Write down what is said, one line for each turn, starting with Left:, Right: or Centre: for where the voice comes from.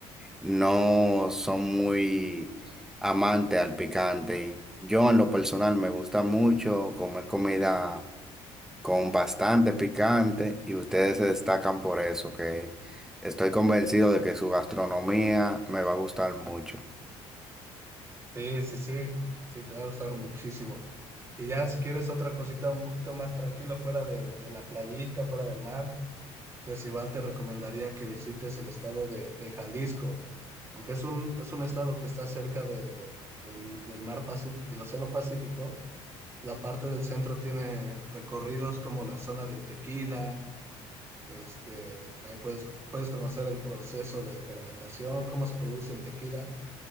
Centre: no son muy amantes al picante. Y yo en lo personal me gusta mucho comer comida. con bastante picante y ustedes se destacan por eso, que estoy convencido de que su gastronomía me va a gustar mucho.
Right: Sí, sí, sí, sí, te va a gustar muchísimo. Y ya si quieres otra cosita un poquito más tranquila fuera de, de la playita, fuera del mar, pues igual te recomendaría que visites el estado de, de Jalisco, aunque es un, es un estado que está cerca de, del, del mar Pacífico, del Océano Pacífico, la parte del centro tiene recorridos como la zona del tequila, este, ahí puedes, puedes conocer el proceso de fermentación, cómo se produce el tequila,